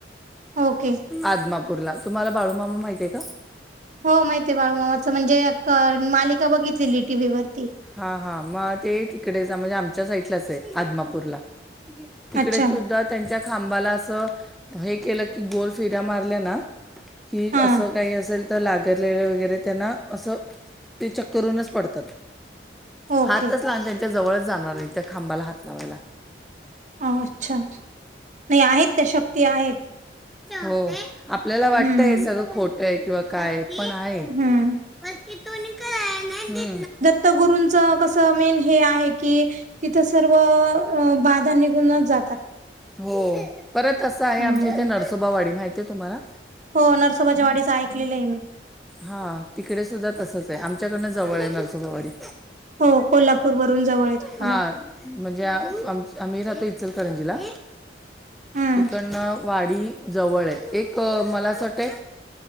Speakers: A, on the right (about 40°); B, in the centre.
A: ओके
B: आदमापूरला तुम्हाला बाळूमामा माहतीय का
A: हो माहिित आहे बाळूमामाचं म्हणजे मालिका बघितलेली टीव्ही वरती
B: हा हा मग ते तिकडे जा म्हणजे आमच्या साईडलाच आहे आदमापूरला तिकडे
A: अच्छा
B: सुद्धा त्यांच्या खांबाला असं हे केलं की गोल फिऱ्या मारल्या ना की
A: हा
B: असं काही असेल तर लागरलेलं वगैरे त्यांना असं ते चक्करूनच पडतात
A: ओके
B: हातच लाव त्यांच्या जवळच जाणार आहे त्या खांबाला हात लावायला
A: अ अच्छा नाही आहेत त्या शक्ती आहेत
B: हो आपल्याला वाटतय
A: हम्म
B: सगळं खोट आहे किंवा काय पण आहे
A: हम्म
B: तिथ क
A: त गुरुूंचं कसं मेन हे आहे की तिथं सर्व अ बाधा निघुूनच जातात
B: हो परत असं आहे
A: हम्म
B: आमच्या इथे नरसोबावाडी माहिती आहे तुम्हाला
A: हो नरसोबाच्या वाडीच ऐकलेलं आहे मी
B: हा तिकडे सुद्धा तसच आहे आमच्याकडनं जवळ आहे नरसोबावाडी
A: हो कोल्हापूर वरून जवळ आहे तुम्हाला
B: हां म्हणजे म आम्ही राहतो इचलकरंजीला
A: हम्म
B: तिकडनं वाडी जवळ आहे एक मला असं वाटते.